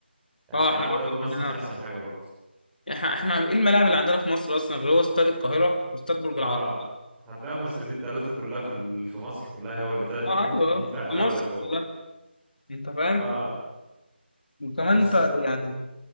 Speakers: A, in the centre; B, on the left.
A: يعني
B: اه
A: ملاعب
B: احنا برضه
A: دوري مصر
B: عندنا
A: مش احسن حاجة برضو
B: احنا احنا ايه الملاعب اللي عندنا في مصر اصلا غير هو استاد القاهره واستاد برج
A: اه
B: العرب
A: هتلاقيهم استادين ثلاثة كلها في ال- في مصر كلها هو اللي تلات
B: اه
A: ناس
B: ايوه
A: ينفع تلعب
B: في مصر
A: عليه كورة
B: كلها انت فاهم
A: اه
B: وكمان
A: بس
B: انت
A: انت
B: يعني